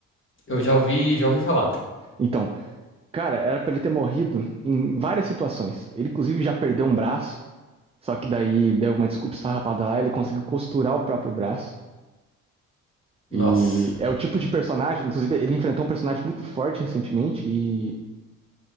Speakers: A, on the left; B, on the right.
A: Eu já ouvi, já ouvi falar.
B: Então, cara, era pra ele ter morrido em várias situações. Ele, inclusive, já perdeu um braço, só que daí deu uma desculpa esfarrapada lá, ele conseguiu costurar o próprio braço. E
A: Nossa.
B: é o tipo de personagem, inclusive ele enfrentou um personagem muito forte recentemente e,